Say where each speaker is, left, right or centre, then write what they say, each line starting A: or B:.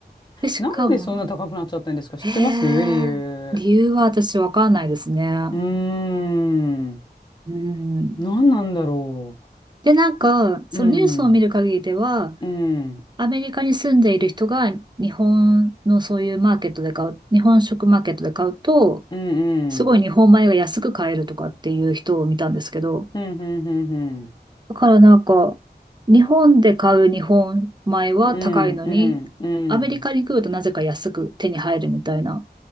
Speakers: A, on the right; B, on the left.
A: で、しかも、
B: なんでそんな高くなっちゃったんですか知ってます理由。
A: へえ、理由は私わかんないですね。
B: うーん。
A: うん。
B: なんなんだろ
A: で、なんか、そのニュースを見る限りでは、
B: う。うん。うん。
A: アメリカに住んでいる人が日本のそういうマーケットで買う、日本食マーケットで買うと、
B: うんうん。
A: すごい日本米が安く買えるとかっていう人を見たんですけど、
B: うんうんうんうん。
A: だからなんか、日本で買う日本米は高いのに、
B: うんうんうん。
A: アメリカに来るとなぜか安く手に入るみたいな、